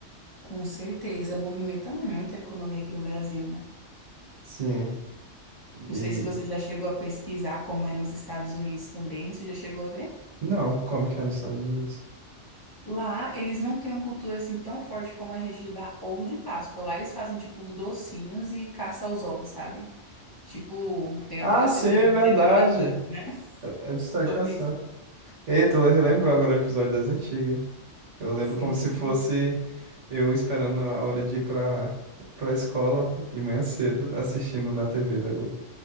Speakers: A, on the left; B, on the right.
A: Com certeza, movimenta muito a economia aqui no Brasil, né?
B: Sim.
A: Não
B: E.
A: sei se você já chegou a pesquisar como é nos Estados Unidos também. Você já chegou a ver?
B: Não, como que é nos Estados Unidos?
A: Lá, eles não têm uma cultura assim tão forte como a gente de dar ovo de Páscoa. Lá eles fazem tipo uns docinhos e caça os ovos, sabe? Tipo, tem
B: Ah,
A: até um episódio
B: sim, é verdade.
A: de Baby Looney Tunes, né? <laughs>
B: É de sair
A: Sobre
B: caçando.
A: isso.
B: Eita, eu relembro agora um episódio das antigas, hein? Eu lembro
A: Sim,
B: como se fosse eu esperando a hora de ir pra, pra escola de manhã cedo, assistindo na TV da Globo.